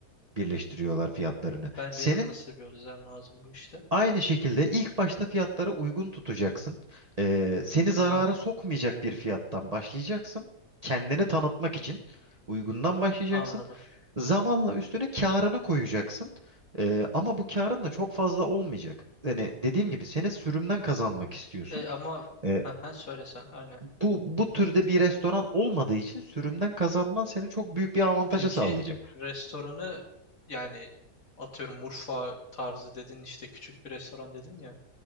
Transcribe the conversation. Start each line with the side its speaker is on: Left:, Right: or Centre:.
Right: birleştiriyorlar fiyatlarını.
Left: Ben
Right: Senin
Left: benim nasıl bir yol izlemem lazım bu işte?
Right: Aynı şekilde ilk başta fiyatlara uygun tutacaksın. Ee, seni zarara
Left: Aha,
Right: sokmayacak bir fiyattan başlayacaksın. Kendini tanıtmak için uygundan başlayacaksın.
Left: anladım.
Right: Zamanla üstüne karını koyacaksın. Ee, ama bu karın da çok fazla olmayacak. Yani dediğim gibi seni sürümden kazanmak istiyorsun.
Left: E ama
Right: Ee,
Left: ha söyle sen aynen.
Right: bu bu türde bir restoran olmadığı için sürümden kazanman seni çok büyük bir avantaja
Left: Peki
Right: sağlayacak.
Left: restoranı yani atıyorum Urfa tarzı dedin işte küçük bir restoran dedin ya.